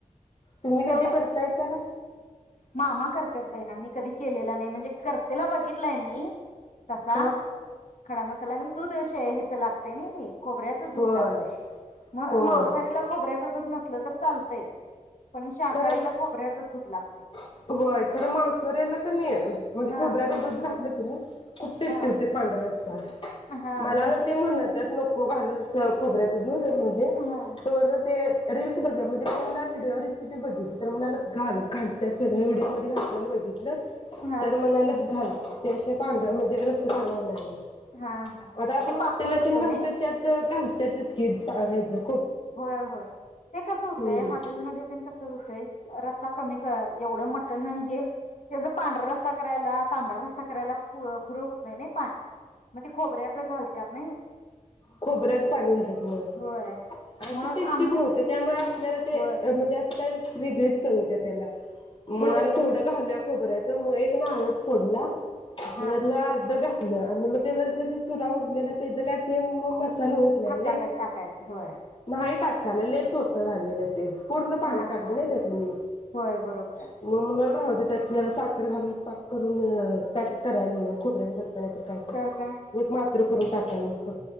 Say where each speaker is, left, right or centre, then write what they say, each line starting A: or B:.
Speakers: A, on the left; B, on the left.
A: तुम्ही
B: तेवढं
A: कधी करतायसा का?
B: मामा करत्यात बाई ना मी कधी केलेला नाही. म्हंजे करतेला बघितलाय मी तसा
A: ह
B: खडामसा ह्याला ना दूध शे हेचं लागतंय नाही ते. खोबऱ्याच दूध
A: होय
B: लागतंय, म
A: होय
B: मांसाहारीला खोबऱ्याच दूध नसलं तर चालतंय पण शाकाहारीला
A: खरंच
B: खोबऱ्याचच दूध लागतंय.
A: होय खरं मांसाहारीला क नी अ म्हंजे
B: हा
A: खोब्याच दूध घातलं तूम्ही. खूप टेस्टी
B: हा
A: होते पांढर रस्सा.
B: हा
A: मला
B: मग
A: ते म्हणतात नको हो घालूच खोबऱ्याच होऊ द्या म्हंजे
B: हा
A: तो वरण ते रील्स बघा म्हं पुन्हा व्हिडिओ रेसिपी बघितल तर, म्हणाल घाल घालत्यात सगळ्या व्हिडिओमध्ये घातल्याल बघितलं.
B: हा
A: तर म्हणालत
B: हा
A: घाल. ते अशे पांढर म्हंजे रस <unintelligible> होणार नाई.
B: हा हा
A: आता आपण
B: ते
A: हॉटेलातून
B: पातळ होतय
A: घालतोय
B: नाही
A: त्यात अ घाल त्यात <unintelligible> टाकाायचं
B: होय होय ते कस कसं होतय
A: हम्म
B: हॉटेलमध्ये त्यानं कसं होतय रस्सा कमी का एवढं म अन हानी हे, हे जर पांढरा रस्सा करायला, तांबडा रस्सा करायला पुर फुरं होत नाही नाही पाणी. म ते खोबऱ्याच घालल्यात नाही.
A: खोबर्याच पाणी घालत्यात थोडं.
B: होय
A: आन
B: मग
A: ते टेस्टी
B: आमच्यात
A: पण होते त्यामुळ आप ते
B: होय
A: म्हंजे अस काई मी घरी चढवते आता याला. म्हणाला
B: होय
A: थोडं घालूया. खबरयच मग एक ना आ फोडला
B: हा
A: त्याच्यतलं अर्ध घातल आणि मग तेत चुरा उरलेलं त्याच काय सेम ब ल होत नाही
B: मसाल्यात टाकायचं होय
A: नाही टाक <unintelligible> पूर्ण पाणी
B: हा
A: काढल
B: हा
A: नाही त्यातल मी
B: होय बरोबर आहे
A: म म्हणून राहूदे म्हटल. त्यात जरा साखर घालून पाक करून काय तरी कराईल मग खोबऱ्याच्या ब
B: तर काय
A: <unintelligible> मात्र करून टाकाय नको.